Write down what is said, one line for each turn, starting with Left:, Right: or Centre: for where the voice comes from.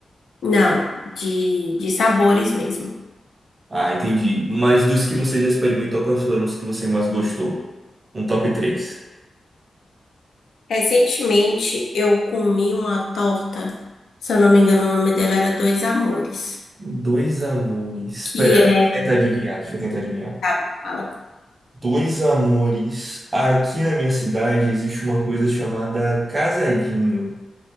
Left: Não, de, de sabores mesmo.
Right: Ah, entendi. Mas dos que você já experimentou, quais foram os que você mais gostou? Um top três.
Left: Recentemente eu comi uma torta, se eu não me engano, o nome dela era Dois Amores,
Right: Dois amores.
Left: que
Right: Pera,
Left: é.
Right: deixa eu tentar adivinhar, deixa eu tentar adivinhar.
Left: tá bom, fala.
Right: Dois amores. Aqui na minha cidade existe uma coisa chamada casadinho.